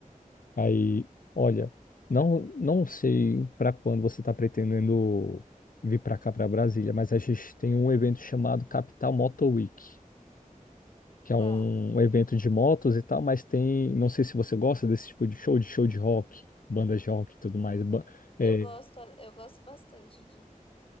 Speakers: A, on the left (about 80°); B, on the left (about 40°).
A: aí, olha, não não sei para quando você está pretendendo vir para cá para Brasília, mas a gente tem um evento chamado Capital Motor Week que é
B: tá.
A: um evento de motos e tal, mas tem, não sei se você gosta desse tipo de show, de show de rock, bandas de rock e tudo mais. Ba-
B: Eu
A: É,
B: gosto, eu gosto bastante de,